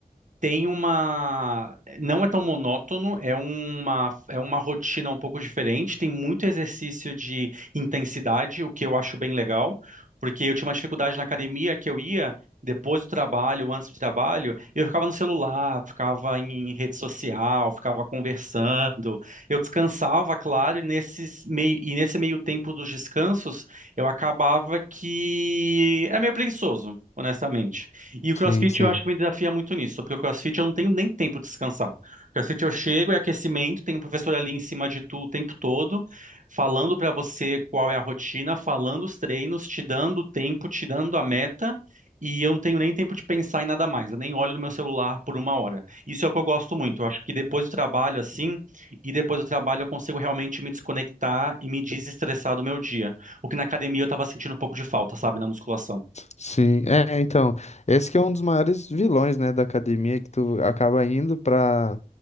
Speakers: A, on the right; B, on the left.
A: tem uma. Não é tão monótono, é uma, é uma rotina um pouco diferente. Tem muito exercício de intensidade, o que eu acho bem legal, porque eu tinha uma dificuldade na academia que eu ia depois do trabalho, antes do trabalho, e eu ficava no celular, ficava em rede social, ficava conversando. Eu descansava, claro, e, nesses mei... e nesse meio tempo dos descansos, eu acabava que era meio preguiçoso, honestamente. E o
B: Sim,
A: CrossFit
B: sim.
A: eu acho que me desafia muito nisso, porque o CrossFit eu não tenho nem tempo de descansar. CrossFit eu chego, é aquecimento, tem um professor ali em cima de tu o tempo todo, falando pra você qual é a rotina, falando os treinos, te dando o tempo, te dando a meta, e eu não tenho nem tempo de pensar em nada mais. Eu nem olho no meu celular por uma hora. Isso é o que eu gosto muito. Eu acho que depois do trabalho assim, e depois do trabalho eu consigo realmente me desconectar e me desestressar do meu dia. O que na academia eu tava sentindo um pouco de falta, sabe, na musculação.
B: Sim, é, então, esse que é um dos maiores vilões, né, da academia, que tu acaba indo pra,